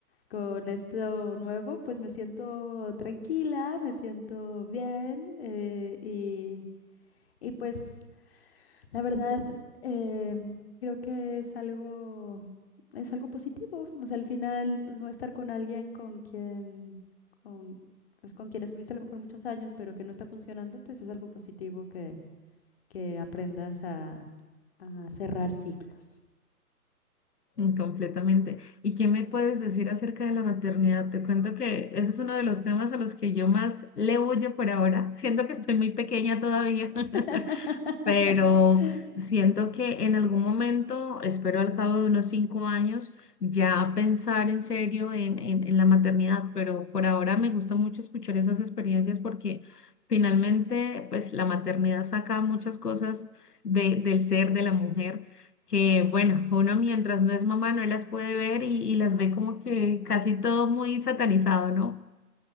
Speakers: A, on the left; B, on the left.
A: con esto nuevo, pues me siento tranquila, me siento bien eh, y, y pues la verdad eh, creo que es algo, es algo positivo. O sea, al final no estar con alguien con quien, con, pues con quien estuviste a lo mejor muchos años, pero que no está funcionando, pues es algo positivo que aprendas a, a cerrar ciclos.
B: Mm, Completamente. ¿Y qué me puedes decir acerca de la maternidad? Te cuento que ese es uno de los temas a los que yo más le huyo por ahora. <laughs> Siento que estoy muy pequeña todavía.
A: <laughs>
B: <laughs> pero siento que en algún momento, espero al cabo de unos cinco años, ya pensar en serio en, en, en la maternidad, pero por ahora me gusta mucho escuchar esas experiencias porque finalmente, pues la maternidad saca muchas cosas de, del ser de la mujer. que bueno, uno mientras no es mamá no las puede ver y, y las ve como que casi todo muy satanizado, ¿no?